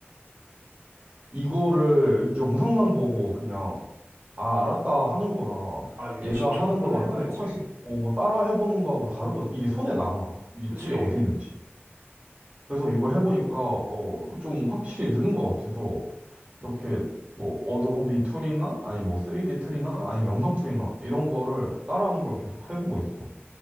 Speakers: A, on the right (about 30°); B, on the right (about 80°).
A: 이거를 영상만 보고 그냥 아, 알았다 하는 거랑
B: 아, 예,
A: 얘가
B: 직접
A: 하는
B: 한번
A: 걸 완전히
B: 해봐야지.
A: 똑같이 어, 따라 해보는 거하고 다르거든. 이게 손에 남아. 이
B: 그치?
A: 툴이 어디 있는지. 그래서 이걸 해보니까 어, 좀 확실히 느는 것 같아서 이렇게 뭐 어도비 툴이나 아니 뭐 3D 툴이나 아니 면 영상 툴이나 이런 거를 따라하는 걸 계속 해보고 있어.